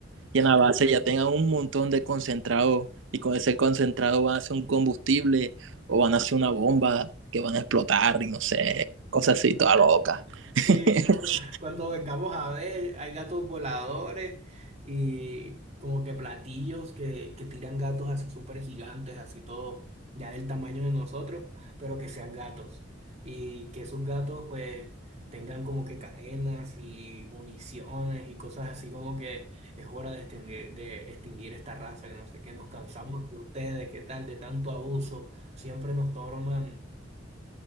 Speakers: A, on the right; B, on the right.
A: y en la base ya tengan un montón de concentrado y con ese concentrado van a hacer un combustible o van a hacer una bomba que van a explotar y no sé, cosas así, toda loca.
B: Sí,
A: <laughs>
B: cu- cuando vengamos a ver, hay gatos voladores y como que platillos que, que tiran gatos así súper gigantes, así todo, ya del tamaño de nosotros, pero que sean gatos. Y que esos gatos pues tengan como que cadenas y municiones y cosas así como que es hora de extinguir, de extinguir esta raza, que no sé, que nos cansamos de ustedes, qué tal, de tanto abuso, siempre nos toman